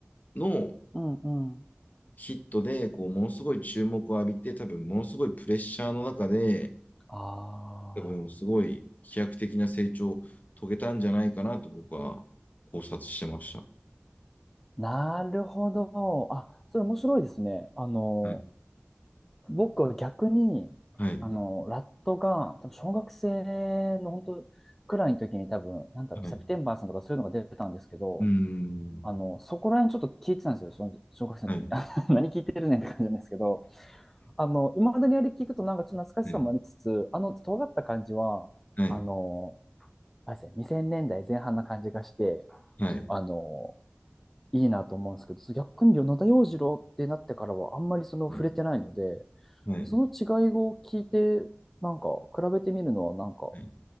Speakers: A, on the left (about 40°); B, in the centre.
A: の
B: うんうん。
A: ヒットで、こう、ものすごい注目を浴びて、多分、ものすごいプレッシャーの中で、
B: ああ、
A: 多分、すごい飛躍的な成長を遂げたんじゃないかなと僕は考察してました。
B: なるほど。あ、それ面白いですね。あの、
A: うん。
B: 僕は逆に、
A: はい。
B: あの、ラットが、多分小学生の本当くらいの時に多分、なんだろう、
A: はい。
B: セプテンバーさんとかそういうのが出たんですけど、
A: うーん。
B: あの、そこら辺ちょっと聞いてたんですよ、その小学生の時に。
A: はい。
B: <laughs> あ何聞いてるねんって感じなんですけど、あの、今までにあれ聞くとなんかちょっと懐かしさもありつつ、
A: <laughs> はい。
B: あの、尖った感じは、
A: はい。
B: あの、あれですね、2000年代前半な感じがして、
A: はい。
B: あの、いいなと思うんですけど、逆に野田洋次郎ってなってからはあんまりその触れてないので、
A: はい。はい。
B: その違いを聞いて、なんか比べてみるのはなんか
A: はい